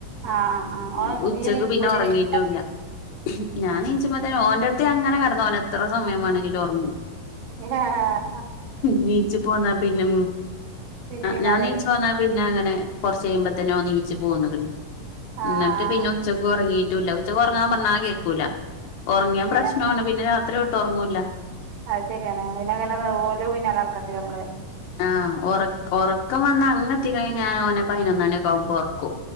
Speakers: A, on the right; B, on the left.
A: ആഹ് ആഹ്
B: ഉ
A: ഓൻ
B: ഉച്ചക്ക്
A: ഇയ്യ് എണീക്കുമ്പോത്തിന്
B: പിന്നെ ഉറങ്ങിട്ടുല്ല
A: എണീക്കോ?
B: ഞാണിചമതേ ഓന്റെ അടുത്ത് അങ്ങനെ കിടന്നു ഓൻ എത്ര സമയം വേണമെങ്കിലും ഉറങ്ങും
A: ഇഹ ഹ
B: ണീച്ച പോന്നാ പിന്നെ
A: പിന്നെ പിന്നാലെ
B: ഞാൻ നീച്ച
A: വരും
B: പോന്ന പിന്നെ അങ്ങനെ കൊറച്ച് കഴിയുമ്പോ തന്നെ ഓനീച്ചു പോന്നു ങ്ങ്ട്ട്
A: ആഹ്
B: എന്നിട്ട് പിന്നെ ഉച്ചക്ക് ഉറങ്ങി പറ്റൂല്ല ഉച്ചക്ക് ഉറങ്ങാൻ പറഞ്ഞാൽ കേൾക്കൂല ഉറങ്ങിയാ
A: എന്തിനാ
B: പ്രശ്നമാണ് പിന്നെ രാത്രി ഒട്ടും ഉറങ്ങൂല
A: അത് ശരിയാണ് പിന്നെയങ്ങനെ ഓലും പിന്നെ നടക്കണ്ട് വരുംനമ്മള്
B: ആഹ് ഉറക്ക് ഉറക്കം വന്ന അങ്ങെത്തി കഴിഞ്ഞാ ഓനെ പതിനൊന്നു മണിക്കെ ആകുമ്പോ ഉറക്കും